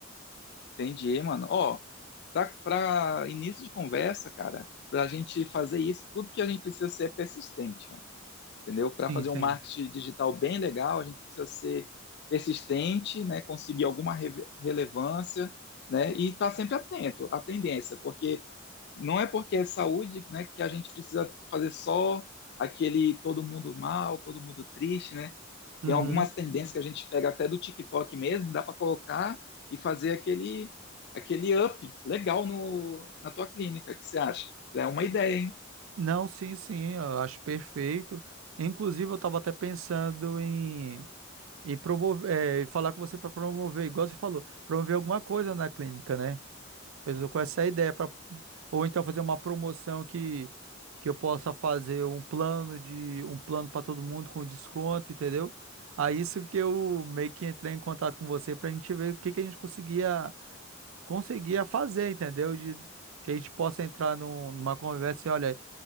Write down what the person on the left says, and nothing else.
Entendi, mano. Ó, pra, pra início de conversa, cara, pra gente fazer isso, tudo que a gente precisa ser é persistente, entendeu? Para
fazer
um marketing digital bem legal, a gente precisa ser persistente, né? Conseguir alguma re- relevância, né? E estar tá sempre atento à tendência, porque não é porque é saúde, né, que a gente precisa fazer só aquele todo mundo mal, todo mundo triste, né?
Tem algumas tendências que a gente pega até do TikTok mesmo, dá para colocar e fazer aquele aquele up legal no, na tua clínica, o que você acha? Já é uma ideia, hein?